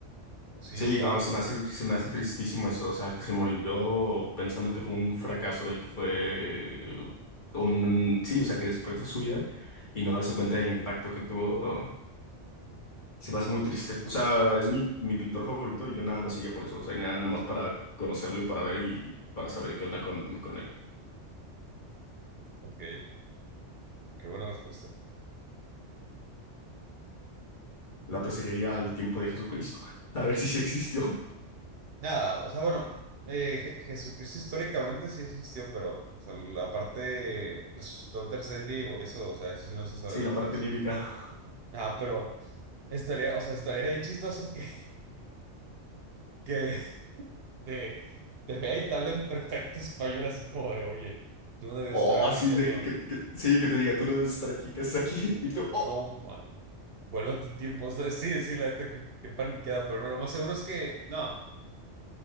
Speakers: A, on the right; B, on the left.
A: pues, sí
B: Sí,
A: hizo
B: no,
A: algo,
B: se
A: ¿sabes?
B: me hace, se me hace tristísimo eso, o sea, que se murió pensando que fue un fracaso y que fue un, sí, o sea, que desperdició su vida y no darse cuenta del impacto que tuvo Se me hace muy triste. O sea, es mi, mi pintor favorito y yo nada más iría por eso. O sea, iría nada más para conocerlo y para ver y para saber qué onda con, con él.
A: Ok, qué buena respuesta.
B: La otra sería ir al tiempo de Jesucristo, <laughs> a ver si sí existió.
A: Nada, o sea, bueno, eh, Je- Jesucristo históricamente sí existió, pero o sea, la parte resucitó el tercer día y eso, o sea, eso sí no se sabe,
B: Sí, la parte
A: ¿sabes?
B: bíblica.
A: Ah, pero estaría, o sea, estaría bien chistoso que, que te, te vea y te hable en perfecto español, así como de, oye, tú no debes
B: Oh,
A: estar aquí,
B: sí,
A: hijo
B: de
A: mío.
B: que, que- que- sí, que te diga, tú no debes estar aquí, ¿qué haces aquí? <laughs> Y tú, oh.
A: No, man, vuelve a tu tiempo. O sea, sí, sí, la neta, que, que paniqueada, pero no, lo más seguro es que, no,